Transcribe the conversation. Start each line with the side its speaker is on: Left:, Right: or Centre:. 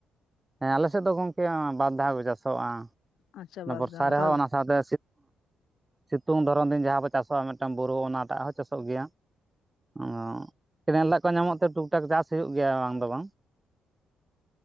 Right: ᱦᱮᱸ ᱟᱞᱮ ᱥᱮᱫ ᱫᱚ ᱜᱚᱢᱠᱮ ᱵᱟᱨ ᱫᱷᱟᱣ ᱜᱮ ᱪᱟᱥᱚᱜᱼᱟ
Left: ᱟᱪᱪᱷᱟ ᱵᱟᱫ
Right: ᱵᱚᱨᱥᱟ
Left: ᱞᱟᱛᱟᱨ
Right: ᱨᱮᱦᱚᱸ ᱚᱱᱟ ᱥᱟᱶᱛᱮ ᱥᱤᱛᱩᱝ ᱫᱷᱚᱨᱚᱱ ᱫᱤᱱ ᱡᱟᱦᱟᱸ ᱵᱚ ᱪᱟᱥᱚᱜᱼᱟ ᱢᱤᱫᱴᱮᱱ ᱵᱩᱨᱩ ᱚᱱᱟ ᱴᱟᱜ ᱦᱚᱸ ᱪᱟᱥᱚᱜ ᱜᱮᱭᱟ ᱟ ᱠᱮᱱᱮᱞ ᱫᱟᱜ ᱠᱚ ᱧᱟᱢᱚᱜ ᱛᱮ ᱴᱩ ᱴᱩᱠ ᱴᱟᱠ ᱪᱟᱥ ᱦᱩᱭᱩᱜ ᱜᱮᱭᱟ ᱵᱟᱝ ᱫᱚ ᱵᱟᱝ